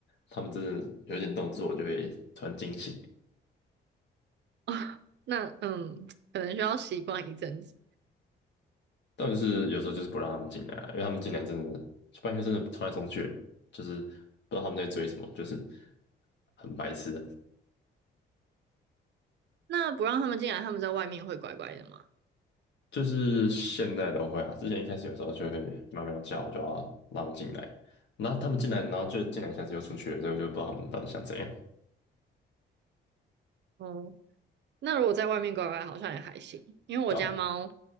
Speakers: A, on the left; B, on the right.
A: 他们真的有一点动作，我就会突然惊醒。
B: 啊。<laughs> 那嗯，可能需要习惯一阵子。
A: 但就是有时候就是不让他们进来啊，因为他们进来真的就半夜真的冲来冲去，就是不知道他们在追什么，就是很白痴的。
B: 那不让他们进来，他们在外面会乖乖的吗？
A: 就是现在都会啊，之前一开始有时候就会喵喵叫，我就要让他们进来，然后他们进来，然后就进来一下子又出去了，所以我就不知道他们到底想怎样。
B: 哦，那如果在外面乖乖，好像也还行，因为我家猫
A: 到，